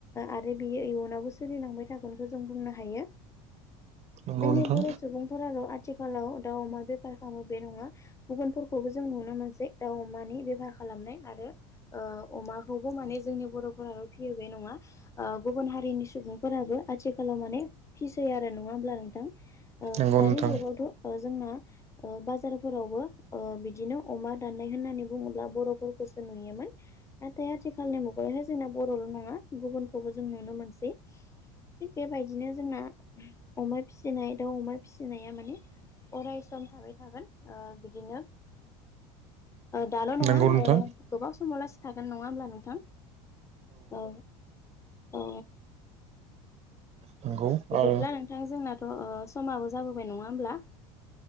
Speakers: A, on the left; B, on the right.
A: आरो बि बे इयुनावबो सोलिलांबाय थागोनखौ जों बुंनो हायो
B: नंगौ
A: जोंनि
B: नोंथां
A: बर' सुबुंफोराल आथिखालाव दाउ अमा बेफार खालामो बे नङा गुबुनफोरखौबो जों नुनो मोनसै दाउ अमानि बेफार खालामनाय आरो अमाखौबो माने जोंनि बर'फोराल' फियो बे नङा गुबुन हारिनि सुबुंफोराबो आथिखालाव माने फिसै फिसै आरो नङा होमब्ला नोंथां ओ
B: नंगौ
A: दानि
B: नोंथां
A: जुगावथ' जोंना बाजारफोरावबो ओ बिदिनो अमा दाननाय होननानै बुङोब्ला बर'फोरखौसो नुयोमोन नाथाय आथिखालनि मु बेहाय जोंना बर'ल' नङा गुबुनखौबो जों नुनो मोनसै थिग बेबायदिनो जोंना अमा फिसिनाय दाउ अमा फिसिनाया माने अरायसम थाबाय थागोन ओ बिदिनो <inaudible> दाल' नङा
B: नंगौ नोंथां
A: गोबाव समाव थागोन नङा होमब्ला नोंथां? औ औ
B: नंगौ
A: बिदिब्ला
B: आरो
A: नोंथां जोंनाथ' समाबो जाबोबाय नङा होमब्ला